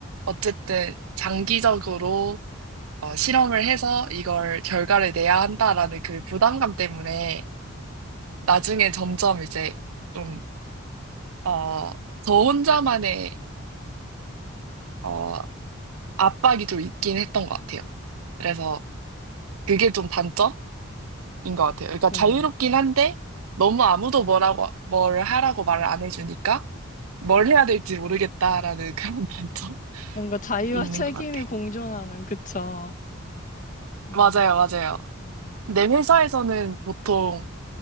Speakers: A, on the right; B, on the left.
A: 어쨌든 장기적으로 어, 실험을 해서 이걸 결과를 내야 한다라는 그 부담감 때문에 나중에 점점 이제 좀 어, 저 혼자만의 어, 압박이 좀 있긴 했던 것 같아요. 그래서 그게 좀 단점인 것 같아요. 그러니까
B: 네.
A: 자유롭긴 한데 너무 아무도 뭐라고 뭘 하라고 말을 안 해주니까 뭘 해야 될지 모르겠다라는 그런 <laughs> 단점이
B: 뭔가 자유와
A: 있는
B: 책임이
A: 것 같아요.
B: 공존하는, 그쵸. 네.
A: 맞아요, 맞아요.
B: 음.
A: 내 회사에서는 보통